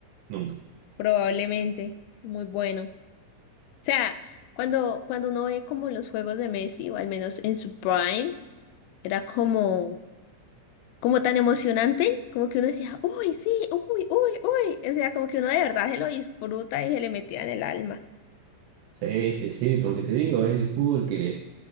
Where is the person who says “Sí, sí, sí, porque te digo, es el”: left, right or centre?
Right